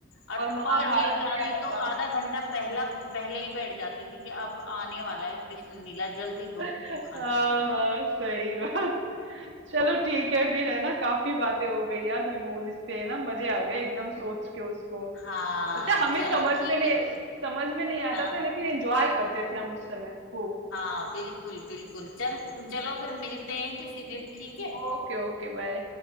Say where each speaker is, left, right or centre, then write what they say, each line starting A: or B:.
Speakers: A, on the left (about 80°); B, on the right (about 65°).
A: और
B: और महाभारत
A: पर मेरी दादी
B: भी आया था
A: तो आधा घंटा पहला पहले ही बैठ जाती थी कि अब आने वाला है कृष्ण लीला जल्दी दो मेरे
B: हाँ
A: को खाना
B: हाँ सही बात चलो ठीक है फिर है ना काफी बातें हो गई यार मेमोरीज पे है ना मजे आ गए एकदम सोच के उसको
A: हाँ
B: अच्छा हमें
A: चलो
B: समझ
A: ठीक
B: में नहीं
A: है फिर
B: समझ में नहीं आता
A: हाँ
B: था लेकिन एंजॉय करते थे हम उस समय खूब
A: हाँ बिल्कुल बिल्कुल चल चलो फिर मिलते हैं किसी दिन ठीक है
B: Okay okay bye